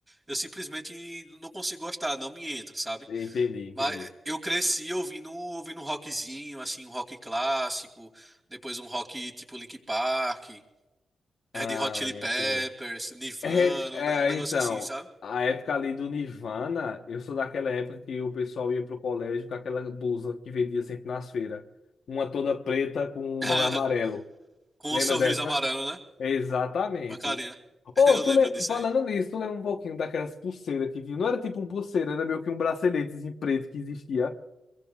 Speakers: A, on the right; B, on the left.
A: eu simplesmente não consigo gostar, não me entra, sabe?
B: Entendi, entendi.
A: Mas eh, eu cresci ouvindo, ouvindo um rockzinho, assim, um rock clássico, depois um rock tipo Linkin Park,
B: Ah,
A: Red Hot Chili
B: entendi.
A: Peppers, Nirvana,
B: É,
A: um ne- um negócio
B: é, então,
A: assim, sabe?
B: a época ali do Nirvana, eu sou daquela época que o pessoal ia pro colégio com aquela blusa que vendia sempre nas feiras. Uma toda preta com
A: <laughs>
B: o nome amarelo.
A: Com
B: Lembra
A: um sorriso
B: dessa?
A: amarelo, né?
B: Exatamente.
A: Uma carinha. <laughs>
B: Oh,
A: Eu
B: tu
A: lembro
B: le-
A: disso
B: falando
A: aí.
B: nisso, tu lembra um pouquinho daquelas pulseiras que tinha? Não era tipo um pulseira, era meio que um braceletezinho preto que existia.